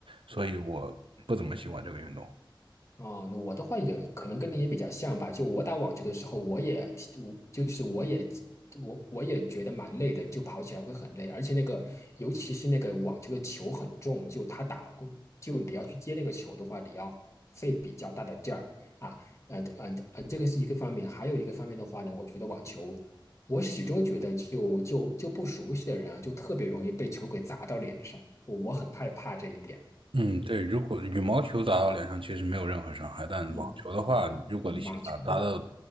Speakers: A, on the right (about 85°); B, on the left (about 35°).
A: 所以我不怎么喜欢这个运动。
B: 哦，那我的话也可能跟你也比较像吧。就我打网球的时候，我也挺我就是我也我我也觉得蛮累的，就跑起来会很累，而且那个尤其是那个网球的球很重，就他打就你要去接那个球的话，你要费比较大的劲儿啊。呃呃呃，这个是一个方面，还有一个方面的话呢，我觉得网球，我始终觉得就就就不熟悉的人啊，就特别容易被球给砸到脸上，我我很害怕这一点。
A: 嗯，对，如果羽毛球打到脸上其实没有任何伤害，但网球的话，
B: 嗯，对，
A: 如果力气大，
B: 网球。
A: 打到